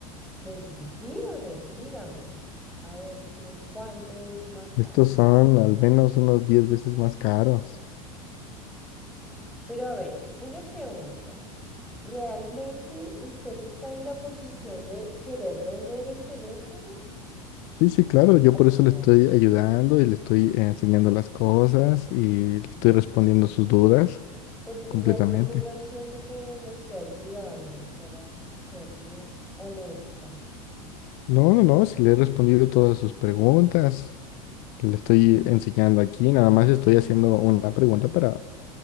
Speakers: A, in the centre; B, on the left.
A: pues dígame, dígame, a ver, ¿qué, cuánto es más caro?
B: Estos son al menos unos 10 veces más caros.
A: Pero a ver, una pregunta. ¿Realmente usted está en la posición de querer vender el teléfono
B: Sí, sí, claro. Yo
A: o
B: por eso
A: no?
B: le estoy ayudando y le estoy enseñando las cosas y le estoy
A: Mm,
B: respondiendo sus dudas
A: Porque
B: completamente.
A: realmente no siento que me esté ayudando, para serle honesta.
B: No, no, no, si le he respondido todas sus preguntas. Le estoy enseñando aquí, nada más estoy haciendo una pregunta para